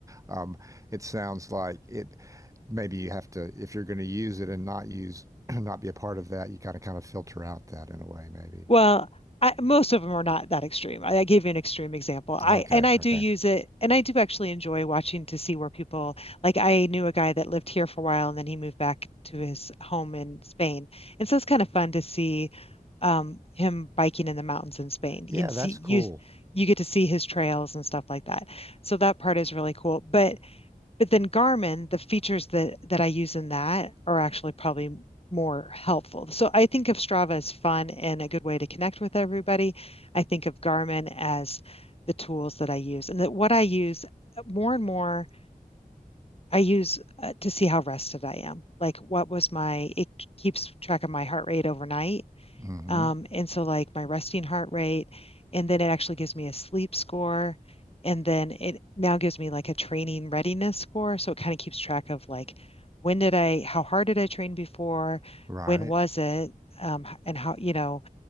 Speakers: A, on the right (about 20°); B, on the left (about 40°).
A: um, it sounds like it. Maybe you have to, if you're going to use it and not use, <clears throat> not be a part of that, you got to kind of filter out that in a way, maybe.
B: Well, I, most of them are not that extreme. I, I gave you an extreme example. I
A: Okay.
B: and I do
A: Okay.
B: use it, and I do actually enjoy watching to see where people like. I knew a guy that lived here for a while, and then he moved back to his home in Spain, and so it's kind of fun to see um, him biking in the mountains in Spain,
A: Yeah,
B: and see
A: that's
B: you
A: cool.
B: you get to see his trails and stuff like that. So that part is really cool. But But then Garmin, the features that that I use in that are actually probably more helpful. So I think of Strava as fun and a good way to connect with everybody. I think of Garmin as the tools that I use and that what I use uh, more and more I use uh, to see how rested I am. Like what was my, it keeps track of my heart rate overnight
A: hmm
B: um, and so like my resting heart rate, and then it actually gives me a sleep score. And then it now gives me like a training readiness score. So it kind of keeps track of like when did I, how hard did I train before?
A: Right.
B: When was it? Um, and how, you know,